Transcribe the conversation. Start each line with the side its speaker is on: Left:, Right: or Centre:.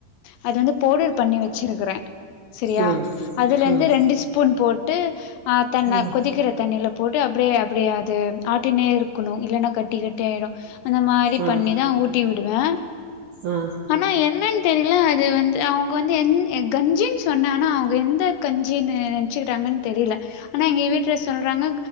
Left: அது வந்து பவ்டர் பண்ணி வச்சிருக்குறே செரியா
Right: ம்
Left: அதுல இருந்து
Right: ம்
Left: ரெண்டு ஸ்பூன் போட் ட்டு ஆ தண்ண
Right: ம்
Left: கொதிக்கிற தண்ணில போட்டு அப்டே அப்டே அது ஆட்டினே இருக்கணு இல்லனா கட்டி கட்டியா ஆயிடு அந்த மாரி
Right: ஆ
Left: பண்ணிதா ஊட் ட்டி விடுவே
Right: ஆ
Left: ஆனா என்னன் தெரியல அது வந்து அவங்க வந்து என் கஞ்சின் சொன்னே ஆனா அவங்க எந்த கஞ்சின் நெனைச்சுக்கிறாங்கன்னு தெரியல ஆனா எங்க வீட்டுல சொல்றாங்க